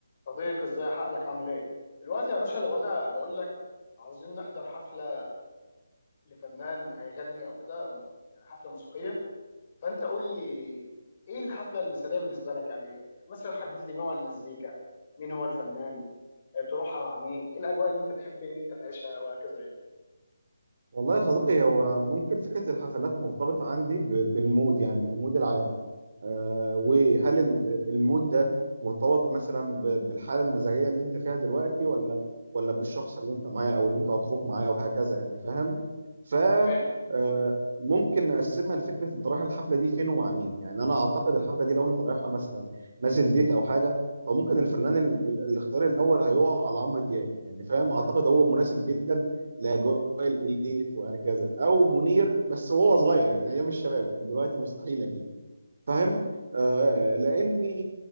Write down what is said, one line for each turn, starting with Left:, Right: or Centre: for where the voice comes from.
Left: صديقي ازاي حقلك عامل ايه دلوقتي يا باشا لو انا بقول لك عاوزين نحضر حفله لفنان هيغني او كده يعني حفله موسيقيه فانت قول لي ايه الحفله المثاليه بالنسبه لك يعني مثلا حدد لي نوع المزيكا مين هو الفنان آه، تروحها مع مين ايه الاجواء اللي انت تحب ان انت تعيشها وهكذا يعني
Right: والله يا صديقي هو ممكن فكرة الحفلات مرتبطة عندي ب- بالمود يعني المود العام آه، وهل
Left: مم.
Right: ال- المود ده مرتبط مثلا ب- بالحالة المزاجية اللي انت فيها دلوقتي ولا ولا بالشخص اللي انت معاه او اللي انت هتروح معاه وهكذا يعني فاهم ف
Left: حلو
Right: آه، ممكن نقسمها لفكرة انت رايح الحفلة دي فين ومع مين يعني انا اعتقد الحفلة دي لو انت رايحها مثلا نازل ديت او حاجة فممكن الفنان ال- ال- الاختيار الاول هيقع على عمرو دياب يعني فاهم اعتقد هو مناسب جدا لاجواء الديت وهكذا او منير
Left: مم.
Right: بس وهو صغير يعني ايام الشباب لكن دلوقتي مستحيل اكيد فاهم آه لاني
Left: مم.